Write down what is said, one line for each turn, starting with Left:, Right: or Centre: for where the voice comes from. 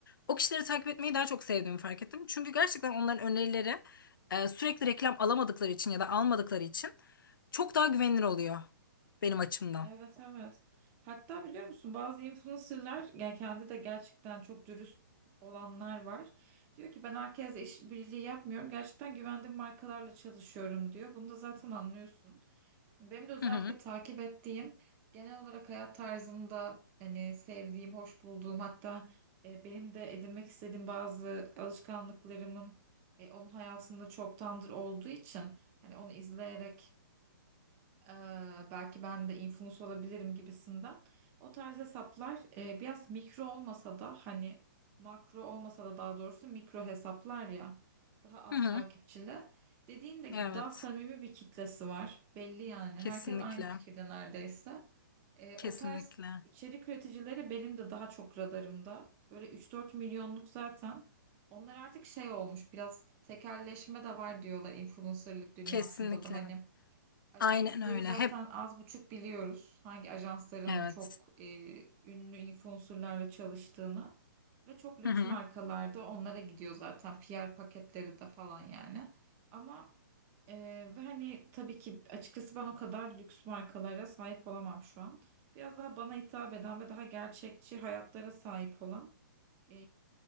Left: O kişileri takip etmeyi daha çok sevdiğimi fark ettim. Çünkü gerçekten onların önerileri e, sürekli reklam alamadıkları için ya da almadıkları için çok daha güvenilir oluyor benim açımdan.
Right: Evet evet. Hatta biliyor musun bazı influencerlar yani kendi de gerçekten çok dürüst olanlar var. Diyor ki ben herkesle işbirliği yapmıyorum. Gerçekten güvendiğim markalarla çalışıyorum diyor. Bunu da zaten anlıyorsun. Benim de özellikle
Left: Hı hı.
Right: takip ettiğim, genel olarak hayat tarzında hani sevdiğim, hoş bulduğum hatta e, benim de edinmek istediğim bazı alışkanlıklarımın e, onun hayatında çoktandır olduğu için hani onu izleyerek ee, belki ben de influencer olabilirim gibisinden. O tarz hesaplar e, biraz mikro olmasa da hani makro olmasa da daha doğrusu mikro hesaplar ya daha az
Left: Hı hı.
Right: takipçili. Dediğin de gibi
Left: Evet.
Right: daha samimi bir kitlesi var. Belli yani.
Left: Kesinlikle.
Right: Herkes aynı fikirde neredeyse. E,
Left: Kesinlikle.
Right: o tarz içerik üreticileri benim de daha çok radarımda. Böyle 3-4 milyonluk zaten. Onlar artık şey olmuş biraz tekelleşme de var diyorlar influencerlık dünyasında
Left: Kesinlikle.
Right: da hani Ajansları
Left: Aynen öyle.
Right: zaten
Left: Hep
Right: az buçuk biliyoruz. Hangi ajansların
Left: evet.
Right: çok e, ünlü influencerlarla çalıştığını ve çok lüks
Left: Hı hı.
Right: markalarda onlara gidiyor zaten PR paketleri de falan yani. Ama e, ve hani tabii ki açıkçası ben o kadar lüks markalara sahip olamam şu an. Biraz daha bana hitap eden ve daha gerçekçi hayatlara sahip olan e,